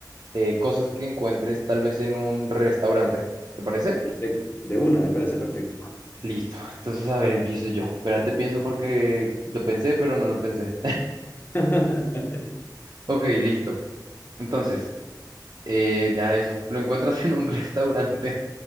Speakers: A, on the right; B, on the left.
A: eh, cosas que encuentres tal vez en un restaurante. ¿Te parece?
B: Perfecto. De una, me parece perfecto.
A: Listo. <laughs> Entonces, a ver, empiezo yo. Espérate, pienso porque lo pensé, pero no lo pensé.
B: <laughs>
A: Ok, listo. Entonces, eh, ya eso. ¿Lo encuentras en un <laughs> restaurante?